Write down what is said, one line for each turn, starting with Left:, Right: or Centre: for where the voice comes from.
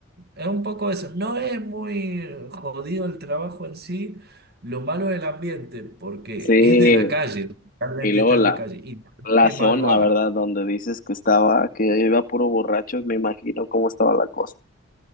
Right: Es un poco eso. No es muy jodido el trabajo en sí. Lo malo es el ambiente, porque
Left: sí.
Right: es de la calle, realmente
Left: Y luego
Right: está
Left: la,
Right: en la calle. Y
Left: la
Right: de
Left: zona,
Right: madrugada.
Left: ¿verdad? Donde dices que estaba, que iba puro borracho, me imagino cómo estaba la cosa.